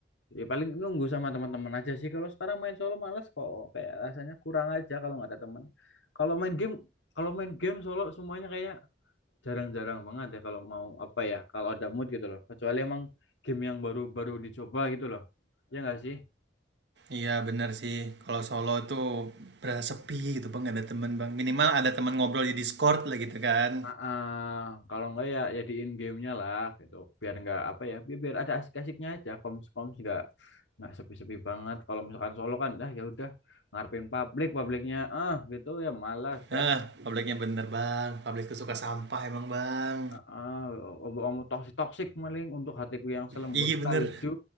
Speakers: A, on the left; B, on the right.
A: Ya paling nunggu sama teman-teman aja sih. Kalau sekarang main solo males kok. Kayak rasanya kurang aja kalau nggak ada teman. Kalau main game, kalau main game solo semuanya kayak jarang-jarang banget ya kalau mau apa ya, kalau ada mood gitu loh. Kecuali emang game yang baru-baru dicoba gitu loh. Ya nggak sih?
B: Iya bener sih, kalau solo tuh berasa sepi gitu Bang, nggak ada teman Bang. Minimal ada teman ngobrol di Discord lah gitu kan.
A: Ah, ah. kalau nggak ya ya di in gamenya lah gitu. Biar nggak apa ya, biar, biar ada asik-asiknya aja. Koms-koms nggak nggak sepi-sepi banget. Kalau misalkan solo kan, dah ya udah ngarepin publik, publiknya ah gitu ya malas
B: Hah,
A: ya
B: publiknya bener bang. publik tuh suka sampah emang bang.
A: Ah, omonganmu toksik toksik maling untuk hatiku yang selembut
B: Iya
A: salju
B: bener.